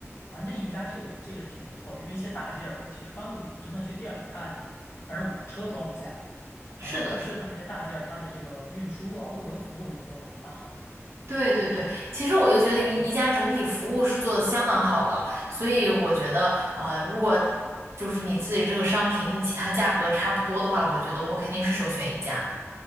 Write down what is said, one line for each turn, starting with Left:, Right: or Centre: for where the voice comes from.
Left: 啊，那宜家这个这个挺不错的，因为一些大件儿我们其实搬不了，就算去店里看，反正我的车装不下。
Right: 是的，
Left: 然后这些这些大件儿，
Right: 是的。
Left: 它的这个运输啊、物流服务也做得蛮好
Right: 对对对，其实我就觉得宜宜家整体服务是做的相当好的，所以我觉得，呃，如果就是你自己这个商品跟其他价格差不多的话，我觉得我肯定是首选宜家。